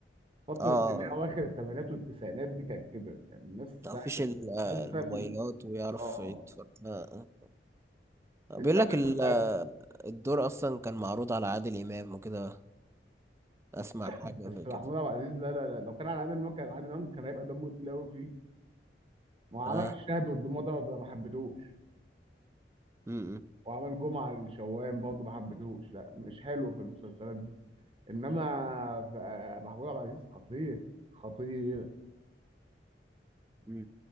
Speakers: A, on the right (about 30°); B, on the right (about 15°).
A: فتره
B: اه
A: اللي هي اواخر الثمانينات والتسعينات دي كانت كده كان الناس
B: مفيش
A: ساعه المسلسل
B: الموبايلات ويعرف
A: اه
B: يتفرج آه. آه. بيقول
A: استنى
B: لك ال-
A: المسلسل
B: الدور اصلا كان معروض على عادل امام وكده اسمع حاجه
A: بس
B: زي كده
A: محمود عبد العزيز لا لا لا لو كان على عادل امام كان عادل امام كان هيبقى دمه تقيل قوي فيه ما هو عمل
B: اه
A: الشهد والدموع ده ما ما حبيتهوش
B: امم
A: وعمل جمعة الشوام برضه ما حبيتهوش لا مش حلو في المسلسلات دي انما في- آه، محمود عبد العزيز خطير خطير
B: مم.